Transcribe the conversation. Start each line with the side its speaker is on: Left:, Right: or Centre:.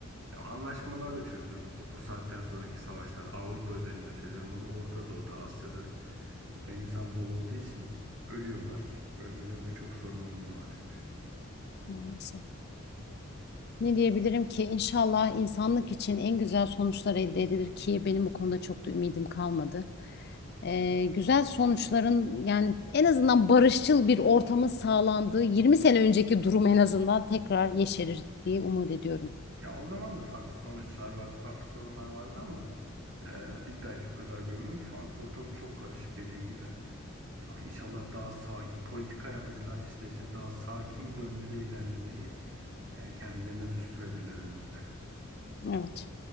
Right: Ya anlaşmalarla çözülür bu, bu saatten sonraki savaşlar. Avrupa özelinde söylüyorum ama Orta Doğu'da, Asya'da burada insan bol olduğu için ölüyorlar. Ölmeleri de çok sorun olmuyor maalesef.
Left: Maalesef. Ne diyebilirim ki inşallah insanlık için en güzel sonuçlar elde edilir ki benim bu konuda çok da ümidim kalmadı. Ee, güzel sonuçların yani en azından barışçıl bir ortamın sağlandığı 20 sene önceki durum en azından tekrar yeşerir diye umut ediyorum.
Right: Ya o zaman da farklı sonuçlar vardı, farklı sorunlar vardı ama e, biz belki o kadar görmüyoruz. Şu an ortalık çok karışık dediğin gibi. Yani inşallah daha sakin, politika yapıcılar işte ise daha sakin yönlere ilerlemeyi e, kendilerine düstur edirler önümüzde.
Left: Evet.